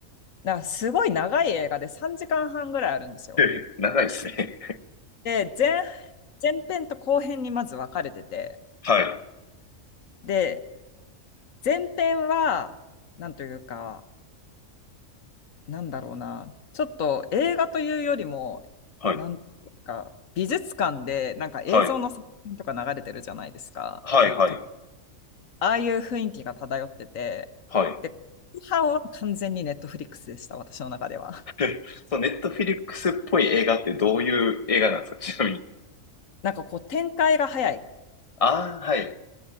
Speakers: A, on the left (about 75°); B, on the left (about 35°).
A: なんかすごい長い映画で3時間半ぐらいあるんですよ。
B: <laughs> 長いですね。
A: で、前、前編と後編にまず分かれてて、
B: はい。
A: で、前編は、なんというか、なんだろうな、ちょっと映画というよりも、
B: はい。
A: なんか美術館でなんか映像の作品とか流れてるじゃないですか。
B: はい。はい。
A: よと
B: はい。
A: ああいう雰囲気が漂ってて、
B: はい。
A: で、後半は完全にネットフリックスでした、私の中では。<laughs>
B: <laughs> でそのネットフィリックスっぽい映画ってどういう映画なんですか、<laughs> ちなみに。
A: なんかこう展開が早い。
B: ああ、はい、